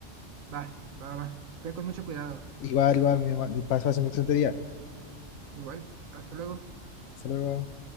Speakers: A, on the right (about 85°); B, on the left (about 85°).
A: Va, va, va. Ve con mucho cuidado.
B: Igual, igual, mi, ma- mi paso hace un excelente día.
A: Igual, hasta luego.
B: Hasta luego.